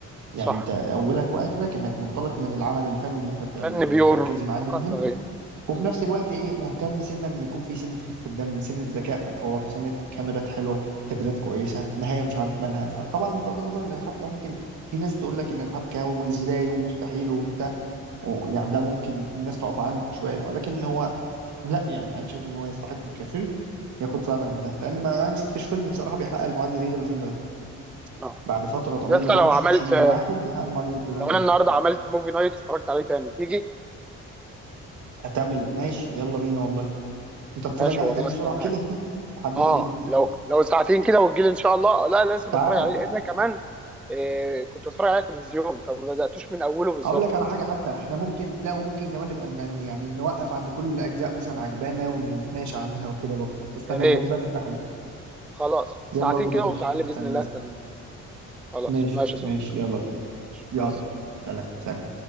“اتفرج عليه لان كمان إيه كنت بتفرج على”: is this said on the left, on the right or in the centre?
Centre